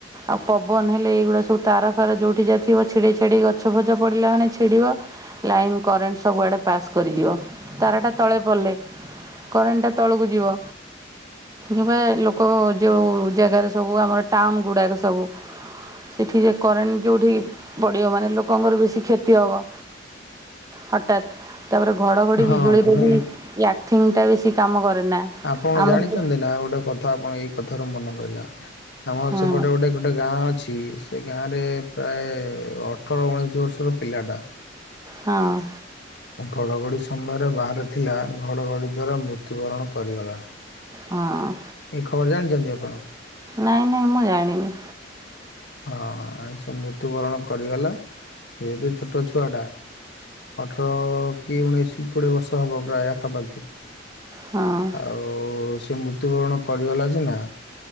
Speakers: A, on the right; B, on the left.
A: ଆଉ ପବନ ହେଲେ ଏଇଗୁଡ଼ା ସବୁ ତାର ଫାର ଯେଉଠି ଯାହା ଥିବ ଛିଡେଇ ଛାଡ଼େଇ ଗଛ ଫଛ ପଡ଼ିଲା ମାନେ ଛିଡ଼ିବ। ଲାଇନ୍ କରେଣ୍ଟ୍ ସବୁଆଡ଼େ ପାସ୍ କରିଯିବ ତାରାଟା ତଳେ ପଡିଲେ। କରେଣ୍ଟଟା ତଳକୁ ଯିବ ଯେବେ ଲୋକ ଯୋଉ ଜାଗାରେ ସବୁ ଆମର ଟାଉନ ଗୁଡ଼ାକ ସବୁ ସେଠି ଯେ କରେଣ୍ଟ ଯେଉଠି ପଢ଼ିବ ମାନେ ଲୋକଙ୍କର ବେଶୀ କ୍ଷତି ହବ। ହଠାତ୍। ତାପରେ ଘଡ଼ଘଡ଼ି
B: ହଁ
A: ବିଜୁଳିରେ
B: ନାଇଁ
A: ବି ଅର୍ଥିଂ ଟା ବେଶି କାମ କରେନା।
B: ଆପଣ
A: ଆମର
B: ଜାଣିଛନ୍ତି
A: ତ
B: ନା ଗୋଟେ କଥା ଆପଣ ଏଇ କଥ ରୁ ମନ ପଇଲା ଆମର
A: ହଁ
B: ସେପଟେ ଗୋଟେ ଗୋଟେ ଗାଁ ଅଛି ସେ ଗାଁରେ ପ୍ରାୟ ଅଠର ଉଣେଇଶ ବର୍ଷର ପିଲାଟା
A: ହଁ।
B: ଘଡ଼ଘଡ଼ି ସମୟରେ ବାହାରେ ଥିଲା ଘଡ଼ଘଡ଼ି ଦ୍ୱାରା ମୃତ୍ୟୁବରଣ କରିଗଲା।
A: ହଁ।
B: ଏ ଖବର ଜାଣିଛନ୍ତି ଆପଣ?
A: ନାଇଁ ନାଇଁ ମୁଁ ଜାଣିନି।
B: ହଁ ସେ ମୃତ୍ୟୁବରଣ କରିଗଲା ଯେହେତୁ ଛୋଟ ଛୁଆ ଟା ଅଠର କି ଉଣେଇଶି କି କୋଡିଏ ବର୍ଷ ହବ ପ୍ରାୟ ଆଖା ପାଖି।
A: ହଁ।
B: ଆଉ ସେ ମୃତ୍ୟୁବରଣ କରିଗଲା ସିନା